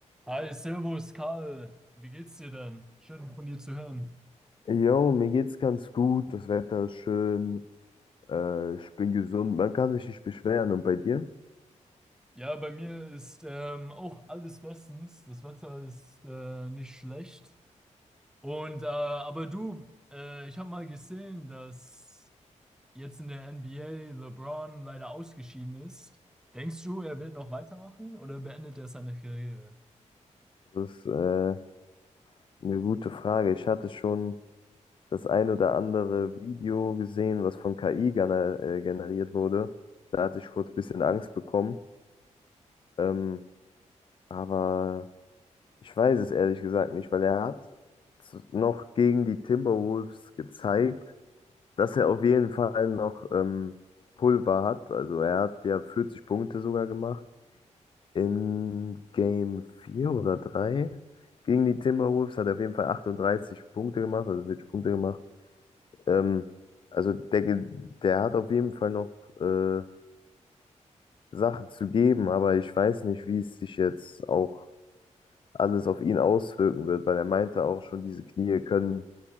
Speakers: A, in the centre; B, on the left.
A: Hi, Servus, Karl. Wie geht's dir denn? Schön von dir zu hören.
B: Jo, mir geht's ganz gut, das Wetter ist schön, äh, ich bin gesund, man kann sich nicht beschweren. Und bei dir?
A: Ja, bei mir ist ähm, auch alles bestens. Das Wetter ist äh, nicht schlecht. Und äh, aber du, äh, ich habe mal gesehen, dass jetzt in der NBA LeBron leider ausgeschieden ist. Denkst du, er wird noch weitermachen oder beendet er seine Karriere?
B: Das ist äh, eine gute Frage. Ich hatte schon das ein oder andere Video gesehen, was von KI gener äh, generiert wurde. Da hatte ich kurz ein bisschen Angst bekommen. Ähm, aber ich weiß es ehrlich gesagt nicht, weil er hat z- noch gegen die Timberwolves gezeigt, dass er auf jeden Fall noch ähm, Pulver hat. Also er hat ja 40 Punkte sogar gemacht. In Game 4 oder 3 gegen die Timberwolves hat er auf jeden Fall 38 Punkte gemacht, also 40 Punkte gemacht. Ähm, also der, ge- der hat auf jeden Fall noch äh, Sachen zu geben, aber ich weiß nicht, wie es sich jetzt auch alles auf ihn auswirken wird, weil er meinte auch schon, diese Knie können